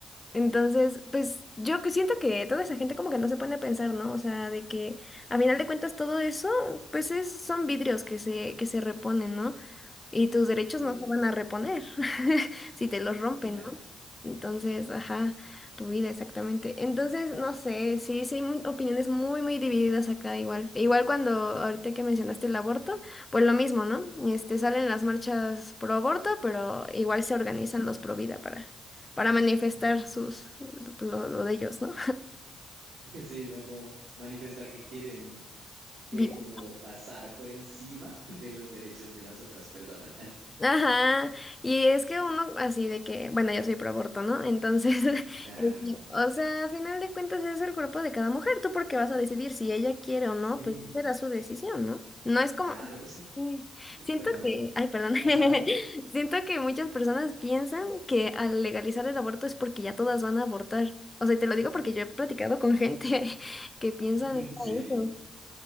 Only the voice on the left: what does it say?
Entonces, pues yo que siento que toda esa gente como que no se pone a pensar, ¿no? O sea, de que a final de cuentas todo eso, pues es, son vidrios que se, que se reponen, ¿no? Y tus derechos
no se van a reponer <laughs> si te los rompen,
¿no?
Entonces, ajá, tu vida exactamente. Entonces, no sé, sí, sí, hay mu- opiniones muy, muy divididas acá igual. Igual cuando ahorita que mencionaste el aborto, pues lo mismo, ¿no? Este, salen las marchas pro aborto, pero igual se organizan los pro vida para, para manifestar
sus, lo, lo de ellos, ¿no?
<laughs>
Ajá, y es que uno así de que, bueno, yo soy pro aborto, ¿no? Entonces, <laughs>
este, o sea, a final de cuentas es el cuerpo de cada mujer, tú porque vas a decidir si ella quiere o no,
pues será
su decisión, ¿no? No es como,
Sí.
Siento
que, ay, perdón, <laughs>
siento que muchas personas piensan que al legalizar el aborto es porque ya todas van a abortar. O sea, y te lo digo porque yo he platicado con gente <laughs> que piensan
eso.